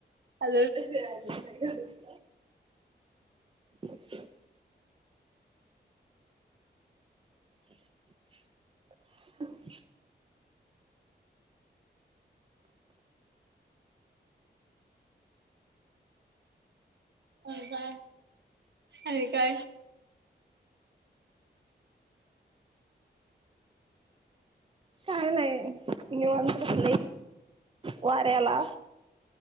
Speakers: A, on the right; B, on the right.
A: अ
B: नाही. अच्छा! <inaudible> <inaudible>
A: अ काय आणि काय.
B: काय नाही आहे इे व पले वाऱ्याला